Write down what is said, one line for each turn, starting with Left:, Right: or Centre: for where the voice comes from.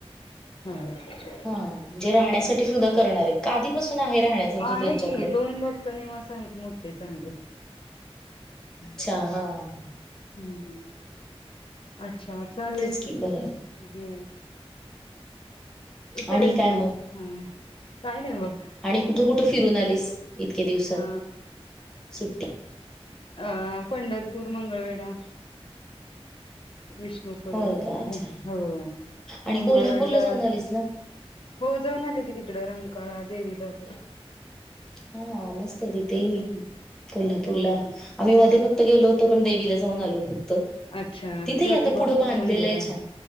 Left: हम्!
Centre: हा म्हणजे राहण्यासाठी सुद्धा करणार आहे आधीपासून आहे राहण्यासाठी
Left: आहे
Centre: त्यांच्या
Left: दोन भक्त निवास आहेत. मोठे चांगले हम्म.
Centre: अच्छा हा हां!
Left: हम्म! अच्छा! चालेल
Centre: तेच की
Left: ह्.
Centre: बरं
Left: इकडे
Centre: आणि
Left: इकडे
Centre: काय मग
Left: हा काही नाही बघ.
Centre: आणि कुठं कुठं फिरून आलीस इतक्या दिवसात
Left: अ
Centre: सुट्टी
Left: अ पंढरपूर, मंगळवेढा विष्णू <unintelligible> हे
Centre: होय का अच्छा
Left: ह
Centre: आणि
Left: मंगळवेढा
Centre: कोल्हापूरला जाऊन आलीस ना
Left: हो जाऊन आले की तिकडे रंगकाळा देवीला वगैरे
Centre: हा मस्त आहे तिथे मी कोल्हापूरला
Left: हो
Centre: आम्ही मध्ये फक्त गेलोतो पण देवीला जाऊन आलो फक्त
Left: अच्छा
Centre: तिथेही
Left: ज्योतिबाचं
Centre: आता पुढं बांधलेलं
Left: मंदिर
Centre: आहे छान